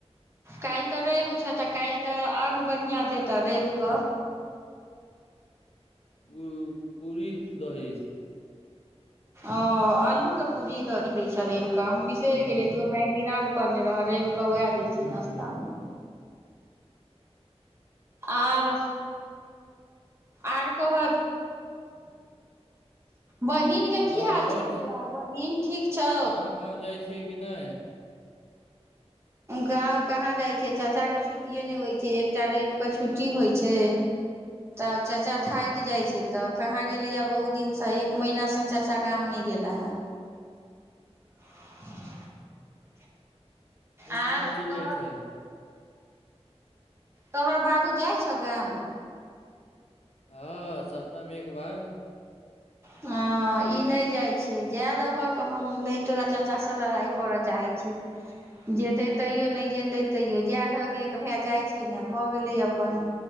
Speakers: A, on the right; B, on the left.
A: काल्हि तऽ रवि छथि आ काल्हि तऽ आओन बढ़िआँ देतह रवि कऽ
B: ओ पी द ही
A: ओ आलू के पूरी दही दै छ रवि हम बिसरि
B: ह
A: गेलियै तू हमरा एक दिन आऔर पने रह रहै दै
B: ह
A: छै नाश्तामे आर आर कह बहिनके
B: और
A: की हाल छौ बौआ बहिन ठीक छौ
B: गाँव ताँव जाइ छियै कि नहि
A: गाव कहाँ जाइ छियै चाचाके छुट्टिए नहि होइ छै एकटा रविके छुट्टी होइ छै तऽ चाचा थाकि जाइ छै तऽ कहाँ गेलैए बहुत दिनसँ एक महीनासँ चाचा गाम नहि गेला हे <unintelligible>
B: ओ
A: आर
B: केने चलि
A: तोहर
B: जाइ छै
A: तोहर बाबू जाइ छ गाम
B: हँ सप्ताहमे एक बार
A: हँ ई नहि जाइ छै जाए दहक हम नहि तोरा चाचासँ लड़ाइ करय चाहै छ जेतै तैओ नहि जेतै तैओ जाए दहक एक भए जाइ छै ने भऽ गेलै अपन